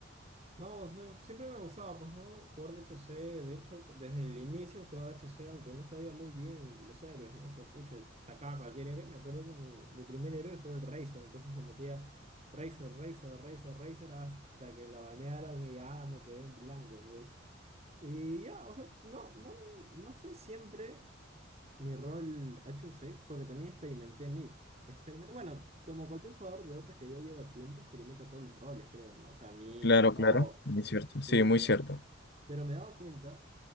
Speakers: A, on the right; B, on the left.
A: No, o sea, siempre me gustaba, pues, ¿no? Jugar de HC, de hecho, desde el inicio jugaba HC, aunque no sabía muy bien los héroes, ¿no? O sea, pucha, sacaba cualquier héroe. Me acuerdo que mi, mi primer héroe fue el Razor, entonces le metía Razor, Razor, Razor, Razor, hasta que lo banearon y ya me quedé en blanco, pues. Y ya, o sea, no, no, no fue siempre mi rol HC, porque también experimenté mid. Experimenta, bueno, como cualquier jugador de Dota que ya lleva tiempo, experimenta todos los roles, creo, ¿no? O sea, mid,
B: Claro,
A: off,
B: claro, muy cierto.
A: Support.
B: Sí, muy cierto.
A: Pero me he dado cuenta